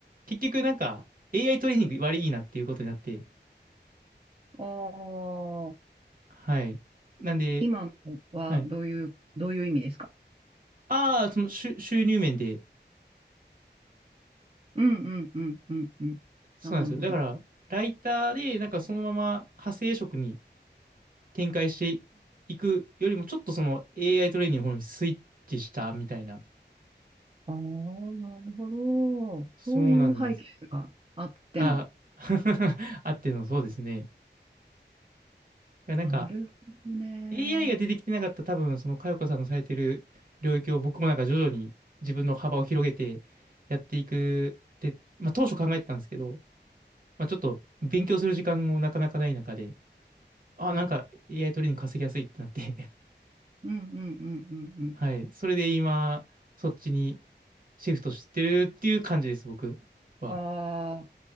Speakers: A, on the right; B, on the right.
A: 結局なんか、AI トレーニング割いいなっていうことになって、
B: ああ、
A: はい。なんで、
B: 今のはどういう、
A: はい。
B: どういう意味ですか
A: ああ、その収収入面で、
B: うんうんうんうんうん。
A: そうなんですよ。
B: あ、なるほど。
A: だから、ライターで、なんかそのまま派生職に展開していくよりも、ちょっとその AI トレーニングの方にスイッチしたみたいな。
B: ああ、なるほど。
A: そうなんです。
B: そういう背景があっての。
A: ああ、<laughs> あってのそうですね。いや、なんか、
B: なるほどね。
A: AI が出てきてなかった多分、その佳代子さんのされてる領域を僕もなんか徐々に自分の幅を広げてやっていくって、まあ当初考えてたんですけど、まあちょっと勉強する時間もなかなかない中で、あ、なんか AI トレーニング稼ぎやすいってなって
B: うんうんうんうんうん。
A: <laughs> はい。それで今、そっちにシフトしてるっていう感じです、僕は。
B: あ